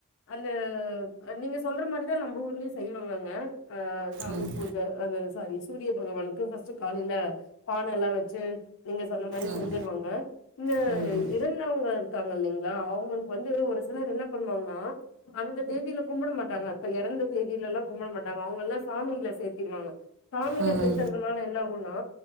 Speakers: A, on the left (about 60°); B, on the right (about 55°).
A: அந்த நீங்க சொல்ற மாரிதா நம்ம ஊர்லயு செய்வாங்கங்க சாமி
B: ம்
A: பூஜை அந்த சாரி சூரிய பகவான்க்கு வஸ்ட் காலையில பானைல்லா வச்சு நீங்க சொன்ன மாரி
B: ம்
A: செஞ்சிருவாங்க இந்த
B: ம்
A: இருந்தவங்க இருக்காங்க இல்லைங்களா அவங்கள் வந்து ஒரு சிலர் என்ன பண்ணுவாங்க நா அந்த தேதியில கும்பிட மாட்டாங்க இப்ப எறந்த தேதியிலல்லா கும்பிட மாட்டாங்க அவங்கல்லா சாமிள சேத்திருவாங்க சாமியில
B: ம்
A: சேத்தறதுனால என்ன ஆகும்னா